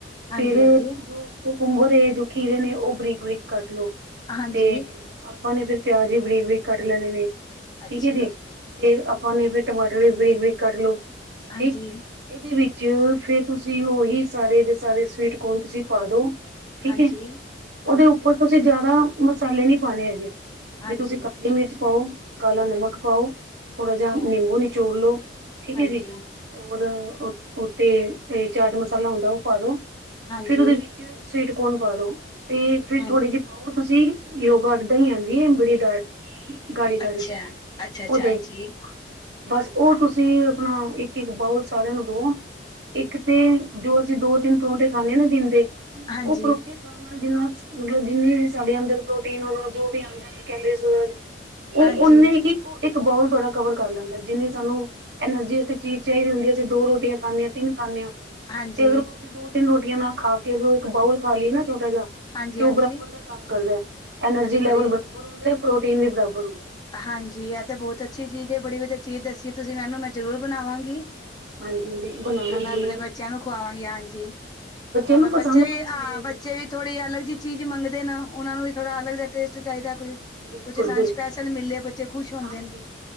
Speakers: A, on the left; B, on the right.
A: ਹਾਂਜੀ-ਹਾਂਜੀ,
B: ਫਿਰ ਜੋ। ਪੁੰਗਰੇ ਜੋ, ਖੀਰੇ ਨੇ ਉਹ ਬਰੀਕ ਬਰੀਕ ਕਟ ਲੋ।
A: ਹਾਂਜੀ।
B: ਤੇ ਆਪਾਂ ਨੇ ਫਿਰ ਪਿਆਜ਼ੀ ਬਰੀਕ ਬਰੀਕ ਕੱਟ ਲੈਣੇ ਨੇ,
A: ਅੱਛਾ,
B: ਠੀਕ ਹੈ ਜੀ ਤੇ। <unintelligible>
A: ਹਾਂਜੀ,
B: ਫਿਰ, ਤੁਸੀਂ ਉਹੀ ਸਾਰੇ ਦੇ ਸਾਰੇ ਸਵੀਟ ਕੋਣ ਤੁਸੀਂ ਪਾ ਦੋ। ਠੀਕ
A: ਹਾਂਜੀ।
B: ਹੈ। ਉਹਦੇ ਉੱਪਰ ਤੁਸੀਂ ਜਿਆਦਾ ਮਸਾਲੇ ਨਹੀ ਪਾਉਣੇ ਹੈਗੇ,
A: ਹਾਂਜੀ,
B: ਵੀ ਤੁਸੀਂ ਕਾਲੀ ਮਿਰਚ ਪਾਓ। ਕਾਲਾ ਨਮਕ ਪਾਓ ਥੋੜਾ
A: ਅੱਛਾ,
B: ਜਿਹਾ ਨਿੰਬੂ ਨਿਚੋੜ ਲੋੋ ਠੀਕ
A: ਹਾਂਜੀ,
B: ਹੈ‌, ਜੀ ਔਰ। ਉਤੇ ਇਹ ਚਾਟ ਮਸਾਲਾ ਹੁੰਦਾ ਉਹ ਪਾ ਦੋ,
A: ਹਾਂਜੀ,
B: ਫਿਰ ਉਹਦੇ ਵਿੱਚ। ਸਵੀਟਕੋਣ ਪਾ ਲੋ, ਤੇ ਫਿਰ
A: ਹਾਂਜੀ,
B: ਥੋੜੀ ਜਿਹੀ ਪਾਓ ਤੁਸੀਂ ਯੋਗ। ਗੜਦਾ ਹੀ ਆਂਦੀ ਬੜੀ ਡਰ, ਗਾੜੀ ਗਾੜੀ
A: ਅੱਛਾ।
B: ਚ
A: ਅੱਛਾ-ਅੱਛਾ,
B: ਤੇ
A: ਹਾਂਜੀ,
B: ਹੀ। ਬਸ ਉਹ ਤੁਸੀਂ ਆਪਣਾ, ਇੱਕ ਇੱਕ ਬਾਊ ਸਾਰਿਆਂ ਨੂੰ ਦੋ। ਇੱਕ ਤੇ ਜੋ ਅਸੀਂ ਦੋ ਤਿੰਨ ਪਰੌਂਠੇ ਖਾਂਦੇ ਹਾਂ ਨਾ ਦਿਨ ਦੇ। ਉਹ
A: ਹਾਂਜੀ,
B: ਪਰੋਖ ਜਿੰਨਾ ਮਤਲਬ ਜਿੰਨੇ ਵੀ ਸਾਡੇ ਅੰਦਰ। ਤੇ ਜੋ ਵੀ ਆਉਂਦਾ ਕਹਿੰਦੇ, ਉਹ
A: ਹਾਂਜੀ,
B: ਓਨੇ ਹੀ। ਇੱਕ ਬੋਲ ਥੋੜ੍ਹਾ ਕਵਰ ਕਰ ਲੈਂਦਾ ਜਿੰਨੀ ਸਾਨੂੰ ਐਨਰਜੀਸ ਦੀ ਚੀਜ਼ ਚਾਹੀਦੀ ਹੁੰਦੀ ਖਾਂਦੇ ਹਾਂ ਤਿੰਨ ਖਾਂਦੇ ਹਾਂ। ਤੇ,
A: ਹਾਂਜੀ,
B: ਅਗਰ ਉਹ ਦੋ ਤਿੰਨ ਰੋਟੀਆਂ ਨਾ ਖਾ ਕੇ ਅਗਰ ਉਹ ਇੱਕ ਬਾਊਲ ਖਾ ਲਈਏ ਨਾ। ਛੋਟਾ ਜਿਹਾ,
A: ਹਾਂਜੀ-ਹਾਂਜੀ।
B: ਤੇ ਉਹ ਬਰਾਬਰ ਦਾ ਕੰਮ ਕਰਦਾ ਐਨਰਜੀ
A: ਐ ਤੇ
B: ਲੈਵਲ
A: ਬੜੀ
B: ਬਰਾਬਰ ਹੁੰਦਾ ਹੈ ਪ੍ਰੋਟੀਨ ਵੀ ਬਰਾਬਰ ਹੁੰਦਾ।
A: ਹਾਂਜੀ ਇਹ ਤੇ ਬਹੁਤ ਅੱਛੀ ਚੀਜ਼ ਬੜੀ ਵਧੀਆ ਚੀਜ਼ ਦੱਸੀ ਤੁਸੀਂ ਮੈਨੂੰ ਮੈਂ ਜ਼ਰੂਰ ਬਣਾਵਾਂਗੀ।
B: ਹਾਂਜੀ। ਬਣਾਉਣਾ ਜ਼ਰੂਰ
A: ਮੈਂ ਆਪਣੇ ਬੱਚਿਆਂ ਨੂੰ ਖਵਾਂਗੀ ਹਾਂਜੀ। ਤਾਂ
B: ਨੂੰ
A: ਮੈਂ
B: ਪਸੰਦ
A: ਬੱਚੇ ਵੀ
B: ਬੜੀ ਆਉਂਦੀ
A: ਹਾਂ, ਬੱਚੇ
B: ਜੀ।
A: ਵੀ ਥੋੜ੍ਹੀ ਅਲਗ ਜਿਹੀ ਚੀਜ਼ ਮੰਗਦੇ। ਉਹਨਾ ਨੂੰ ਵੀ ਥੋੜਾ ਅਲੱਗ ਜਿਹਾ ਟੇਸਟ ਚਾਹੀਦਾ ਕੋਈ,
B: ਬਿਲਕੁਲ-ਬਿਲਕੁਲ
A: ਕੁੱਝ ਸਾਨੂੰ ਸਪੈਸ਼ਲ ਮਿਲੇ ਬੱਚੇ। ਖੁਸ਼ ਹੁੰਦੇ
B: ਹਾਂਜੀ,
A: ਨੇ